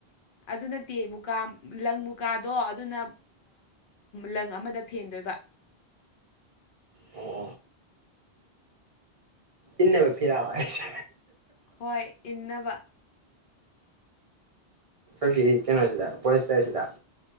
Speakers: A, on the left (about 60°); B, on the right (about 40°).
A: ꯑꯗꯨ ꯅꯠꯇꯦ ꯃꯨꯀꯥ ꯂꯪ ꯃꯨꯀꯥꯗꯣ ꯑꯗꯨꯅ ꯂꯪ ꯑꯃꯗ ꯐꯦꯟꯗꯣꯏꯕ
B: ꯑꯣ ꯑꯣ ꯏꯟꯅꯕ ꯐꯤꯔꯥꯕ ꯍꯥꯏꯁꯦ
A: ꯍꯣꯏ ꯏꯟꯅꯕ
B: ꯑꯩꯈꯣꯏꯒꯤ ꯀꯩꯅꯣꯁꯤꯗ ꯐꯣꯔꯦꯁꯇꯔꯁꯤꯗ